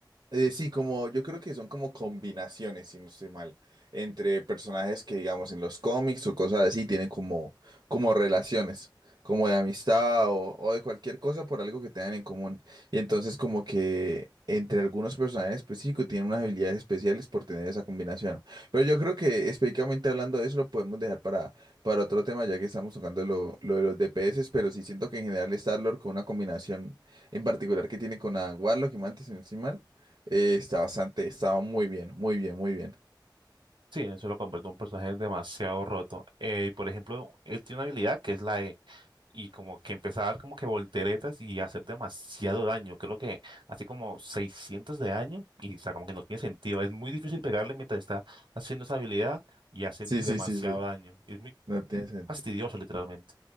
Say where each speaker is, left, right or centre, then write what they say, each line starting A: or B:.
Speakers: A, on the right; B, on the right.
A: Eh, sí, como yo creo que son como combinaciones, si no estoy mal, entre personajes que digamos en los cómics o cosas así tienen como, como relaciones, como de amistad o, o de cualquier cosa por algo que tengan en común. Y entonces como que entre algunos personajes específicos tienen unas habilidades especiales por tener esa combinación. Pero yo creo que específicamente hablando de eso lo podemos dejar para, para otro tema ya que estamos tocando lo, lo de los DPS, pero sí siento que en general Star-Lord con una combinación en particular que tiene con Adam Warlock y Mantis, si no estoy mal eh, está bastante, estaba muy bien, muy bien, muy bien.
B: Sí, eso lo convierte en un personaje demasiado roto. Eh, y por ejemplo, él tiene una habilidad que es la E. Y como que empieza a dar como que volteretas y hacer demasiado daño. Creo que hace como 600 de daño y o sea, como que no tiene sentido. Es muy difícil pegarle mientras está haciendo esa habilidad y hace
A: Sí,
B: demasiado
A: sí, sí, sí.
B: daño. Y es muy
A: No tiene
B: muy
A: sentido.
B: fastidioso, literalmente.